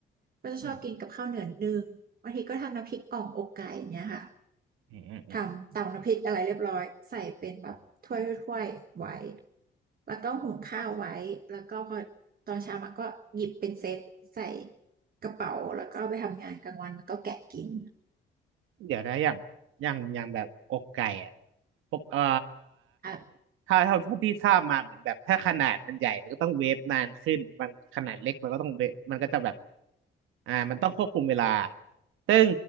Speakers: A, on the right (about 50°); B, on the right (about 85°).
A: ก็จะชอบกินกับข้าวเหนือนิดนึงบางทีก็ทำน้ำพริกอ่องอกไก่อย่างเงี้ยค่ะ
B: อืมอืมอืมอืม
A: ทำตำน้ำพริกอะไรเรียบร้อยใส่เป็นแบบถ้วยถ้วยไว้แล้วก็หุงข้าวไว้แล้วก็พอตอนเช้ามันก็หยิบเป็นเซตใส่กระเป๋าแล้วก็ไปทำงานกลางวันมันก็แกะกิน
B: เดี๋ยวนะอย่างอย่างอย่างแบบอกไก่อ่ะปกเอ่อ
A: ค่ะ
B: ถ้าเท่าเท่าที่ทราบมาเหมือนแบบถ้าขนาดมันใหญ่มันก็ต้องเวฟนานขึ้นบางขนาดเล็กมันก็ต้องเวฟมันก็จะแบบอ่ามันต้องควบคุมเวลาซึ่ง